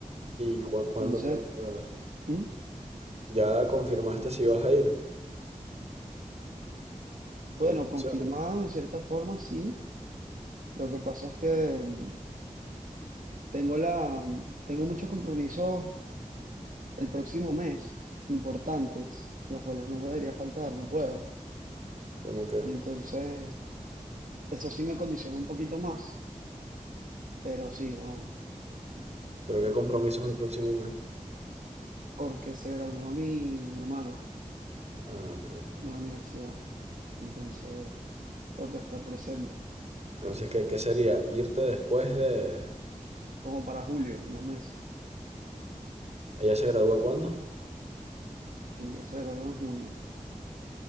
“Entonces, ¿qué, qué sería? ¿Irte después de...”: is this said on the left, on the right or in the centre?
Right